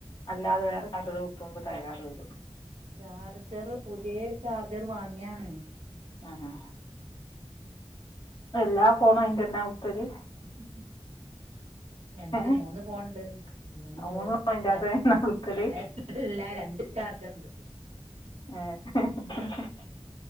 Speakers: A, on the left; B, on the right.
A: അല്ലാതെ വേറെ ചാർജർ കുത്തുമ്പം തകരാറ് വരും.
B: ചാർജർ പുത്യേ ചാർജർ വാങ്യാണ്.
A: ആഹ്.
B: എന്താ
A: എല്ലാ ഫോണും അയ്ന്റെന്നെ കുത്തല്.
B: <inaudible> രണ്ട്
A: ഏ
B: മൂന്ന് പോണ്ട് മൂന്നു
A: മൂന്നും അതിന്റെ അകത്ത്
B: ര
A: തന്നെ കുത്തല്
B: എ എല്ലാ രണ്ട് ചാർജറിണ്ട്.
A: ആഹ് <unintelligible>